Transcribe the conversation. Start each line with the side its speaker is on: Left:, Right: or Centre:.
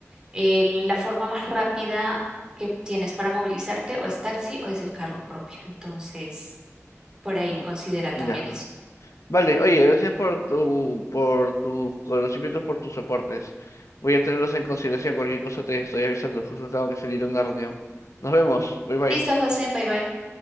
Right: eh, la forma más rápida que tienes para movilizarte o es taxi o es el carro propio. Entonces, por ahí
Left: Mm,
Right: considera también
Left: Ya.
Right: eso.
Left: Vale, oye, gracias por tu, por tus conocimientos, por tus aportes. Voy a tenerlos en consideración. Cualquier cosa te estoy avisando. Justo tengo que salir a una reunión. Nos vemos. Bye bye.
Right: Listo, José, bye bye.